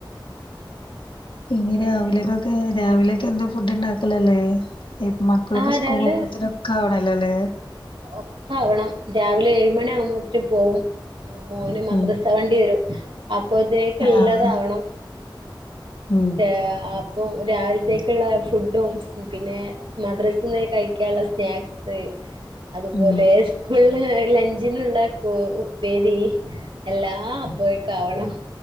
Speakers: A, on the left; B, on the right.
A: ഇനി രാവിലേക്കൊക്കെ,
B: ഏഹ്
A: രാവിലെക്കെന്ത് ഫുഡ് ഉണ്ടാക്കലല്ലേ ഈ മക്കളൊക്കെ
B: ആഹ്
A: സ്കൂൾ
B: രാവിലെ
A: പോകുമ്പോഴത്തേനൊക്കെ ആവണല്ലോല്ലേ
B: ഒക്കെ ആവണം, രാവിലെ ഏഴുമണി ആവുമ്പോളേക്ക് പോവും ഉം മോന് മദ്രസ
A: ഉം
B: വണ്ടി വരും, അപ്പോഴത്തേക്ക് എല്ലാതും
A: ആഹ്
B: ആവണം
A: ഉം
B: ആഹ് അപ്പോൾ രാവിലത്തേക്കുള്ള ഫുഡും പിന്നെ മദ്രസെ കൊണ്ടോയി കഴിക്കാനുള്ള സ്നാക്സ് അതുപോലെ
A: ഉം
B: സ്കൂളില് ലഞ്ചിനുണ്ടാക്ക ഉപ്പേരി എല്ലാം അപ്പോഴേക്ക് ആവണം